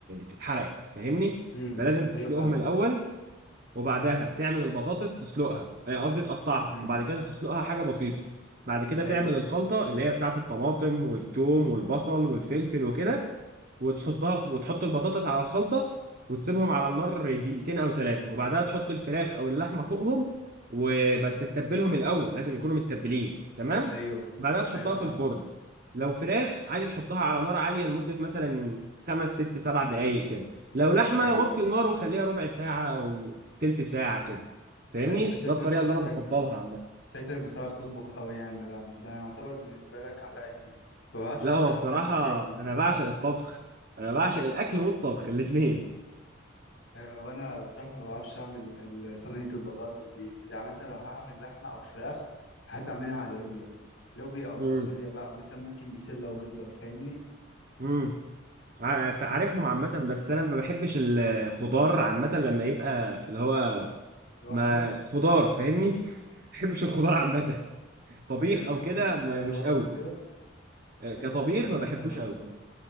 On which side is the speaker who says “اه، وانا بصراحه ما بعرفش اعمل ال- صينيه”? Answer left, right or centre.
Left